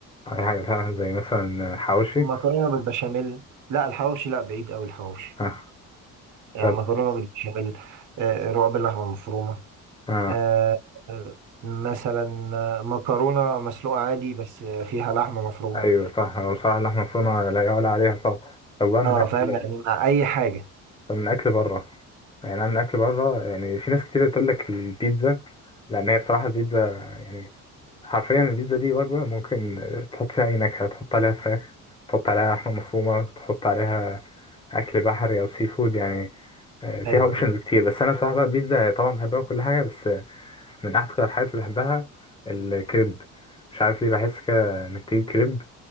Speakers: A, on the left (about 15°); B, on the right (about 70°).
A: اي حاجه فعلا زي مثلا حواوشي
B: مكرونه بالبشاميل لا الحواوشي لا بعيد قوي الحواوشي
A: ها
B: يعني
A: طب
B: مكرونه بالبشاميل آه، رقاق باللحمه المفرومه
A: ها
B: آه، آه، مثلا آه، مكرونه مسلوقه عادي بس آه، فيها لحمه مفرومه
A: ايوه صح هو بصراحه اللحمه المفرومه لا يعلى عليها صح طب بقى من
B: اه
A: اكل
B: فاهم يعني مع اي حاجه
A: طب من اكل بره يعني انا من اكل بره يعني في ناس كتير تقول لك البيتزا لان هي بصراحه البيتزا يعني حرفيا البيتزا دي وجبه ممكن تحط فيها اي نكهه تحط عليها فراخ تحط عليها لحمه مفرومه تحط عليها اكل بحري او سي فود يعني آه، فيها
B: ايوه
A: اوبشنز
B: ايوه
A: كتير بس انا بصراحه بقى البيتزا طبعا بحبها وكل حاجه بس من اكتر الحاجات اللي بحبها الكريب مش عارف ليه بحس كده انك تجيب كريب